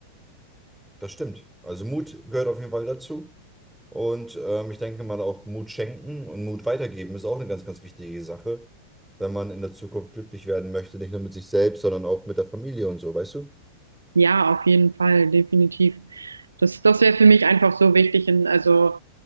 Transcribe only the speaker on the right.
Ja, auf jeden Fall, definitiv. Das, das wäre für mich einfach so wichtig. In, also